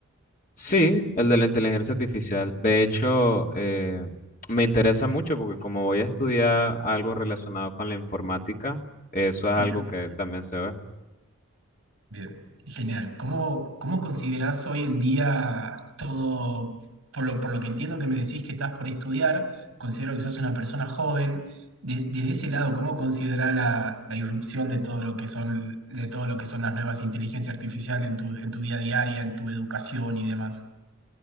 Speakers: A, on the left; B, on the right.
A: Sí, el de la inteligencia artificial. De hecho, eh, me interesa mucho porque como voy a estudiar algo relacionado con la informática, eso es algo
B: Bien.
A: que también se ve.
B: Bien, genial. ¿Cómo, cómo considerás hoy en día todo, por lo, por lo que entiendo que me decís que estás por estudiar, considero que sos una persona joven, de- desde ese lado, ¿cómo considerás la, la irrupción de todo lo que son, de todo lo que son las nuevas inteligencias artificiales en tu, en tu vida diaria, en tu educación y demás?